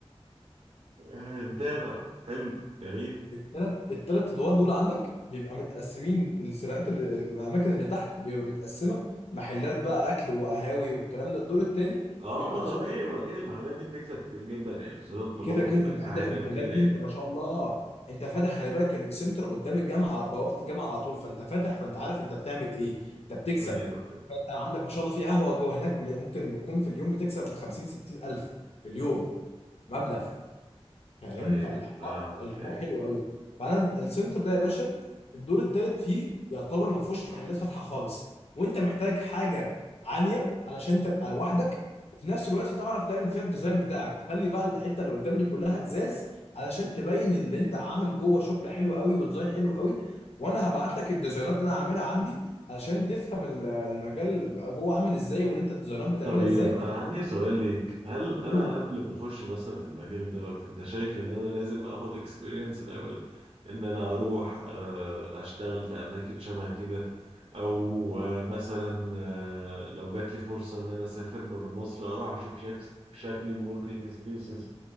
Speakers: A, on the right; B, on the left.
A: يعني متابع حلو جميل
B: التلات التلات ادوار دول عندك بيبقى متقسمين السيرات اللي الاماكن اللي تحت بيبقى متقسمه محلات بقى اكل وقهاوي والكلام ده الدور التاني
A: اه
B: بيبقى
A: ما
B: بصراحه
A: طبيعي واكيد
B: بيبقى
A: المحلات دي بتكسب كتير جدا يعني خصوصا الطلاب
B: كده كده
A: بتبقى
B: انت
A: جعانه
B: عندك المحلات
A: وكده
B: دي
A: يعني
B: انت ما شاء الله انت فاتح خلي بالك السنتر قدام الجامعه على بوابه الجامعه على طول فانت فاتح فانت عارف انت بتعمل ايه انت بتكسب
A: ايوه
B: فانت عندك ما شاء الله في قهوه جوه هناك ممكن بتكون في اليوم بتكسب 50 60 الف في اليوم مبلغ هينفع
A: ايوه
B: الحوار
A: فاهمك
B: الحوار
A: ايوه
B: حلو قوي فانا السنتر ده يا باشا الدور الثالث فيه يعتبر ما فيهوش محلات فاتحه خالص وانت محتاج حاجه عاليه علشان تبقى لوحدك وفي نفس الوقت تعرف تعمل فيها الديزاين بتاعك تخلي بقى الحته اللي قدام دي كلها ازاز علشان تبين اللي انت عامل جوه شغل حلو قوي وديزاين حلو قوي وانا هبعت لك الديزاينات اللي انا عاملها عندي علشان تفهم ال- المجال جوه عامل ازاي وان انت الديزاينات بتعملها
A: طيب
B: ازاي
A: انا عندي سؤال ليك هل انا
B: قول
A: قبل ما اخش مثلا المجال دوت انت شايف ان انا لازم اخد اكسبيرينس الاول ان انا اروح آه، اشتغل في اماكن شبه كده او آه، مثلا آه، لو جات لي فرصة ان انا اسافر بره مصر اروح اشوف شك- شكل الوركينج سبيسز